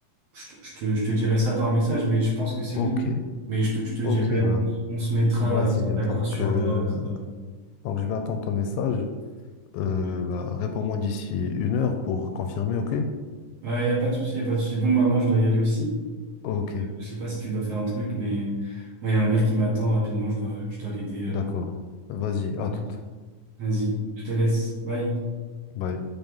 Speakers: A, on the right; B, on the left.
A: je te, je te je te dirai ça par message, mais je pense que c'est
B: Ok,
A: oui. Mais je te, je te dirai,
B: ok,
A: on,
B: bah,
A: on se mettra
B: vas-y.
A: euh, d'accord
B: Donc,
A: sur
B: euh,
A: l'heure, etc.
B: donc, je vais attendre ton message. Euh,
A: Ouais.
B: bah, réponds-moi d'ici une heure pour confirmer, ok?
A: Ouais, y a pas de souci, y a pas de souci. Bon bah moi je dois y aller aussi.
B: Ok,
A: Euh, je sais pas si tu dois faire un truc, mais moi y a ma mère qui m'attend rapidement, je dois, je dois l'aider. euh.
B: d'accord. Vas-y,
A: Du
B: à
A: coup,
B: toute.
A: Vas-y, je te laisse, bye.
B: Bye.